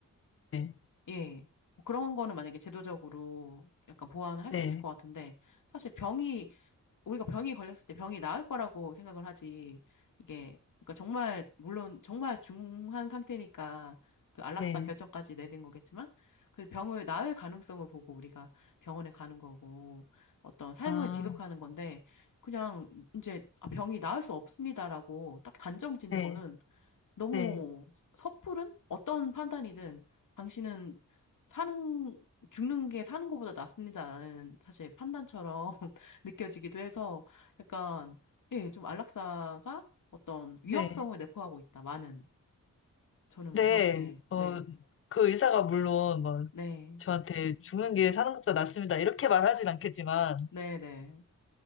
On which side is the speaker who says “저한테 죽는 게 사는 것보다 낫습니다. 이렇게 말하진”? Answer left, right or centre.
Left